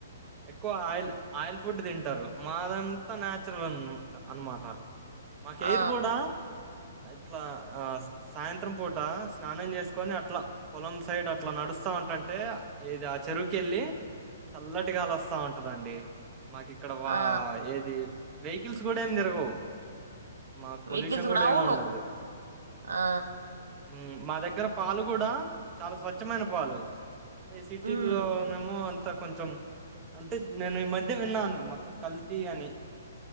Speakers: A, on the right (about 25°); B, on the right (about 80°).
A: ఎక్కువ ఆయిల్, ఆయిల్ ఫుడ్ తింటారు మా. అదంతా నేచురల్ అన్ అన్నమాట.. మాకేది
B: ఆ
A: కూడా. ఇట్లా ఆ సాయంత్రం పూట స్నానం చేసుకొని అట్లా పొలం సైడ్ అట్లా నడుస్తా ఉంటంటే ఇది ఆ చెరువుకెళ్ళి చల్ల. సుడి గాలివస్తా ఉంటదండి. మాకి ఇక్కడ వా
B: ఆ
A: ఏది. వెకిల్స్ కూడా ఏమి తిరగవు. మాకు పొల్యూషన్
B: వికీల్స్ కూడా అవును
A: ఏమి ఉండదు
B: ఆ.
A: ఉమ్, మా దగ్గర పాలు కూడా, చాలా స్వచ్ఛమైన పాలు. మీ సిటీల్లో
B: ఉమ్.
A: నేమో. త కొంచెం. అంటే నేను ఈ మధ్య విన్నాను, మొత్తం కల్తీ అని.